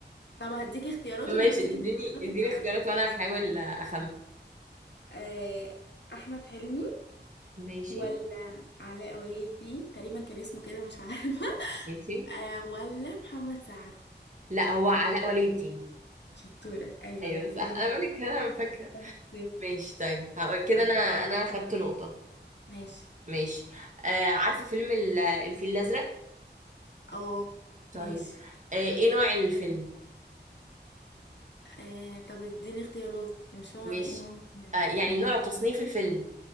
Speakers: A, on the left; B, on the right.
A: طب هديكي اختيارات
B: <laughs> ماشي
A: ولما اديكي
B: اديني
A: الاختيارات
B: اديني
A: هتعرفي
B: اختيارات وانا
A: بصي
B: هحاول اخمن
A: آه، احمد حلمي
B: ماشي
A: ولا علاء ولي الدين تقريبا كان اسمه كده مش عارفة
B: ماشي
A: <laughs> آه ولا محمد سعد
B: لا هو علاء
A: كو-
B: ولي الدين
A: شطورة أيوة
B: ايوه صح
A: كده
B: انا بقول لك انا فاكره
A: واحد صفر
B: ماشي طيب هقول كده
A: خلاص.
B: انا انا خدت نقطه
A: ماشي
B: ماشي آه عارفه فيلم ال- الفيل الازرق
A: اه
B: طيب
A: ماشي
B: آه ايه نوع الفيلم
A: آه طب اديني اختيارات مش فاهمة
B: ماشي
A: يعني ايه نوع يعني
B: آه يعني
A: إيه.
B: نوع تصنيف الفيلم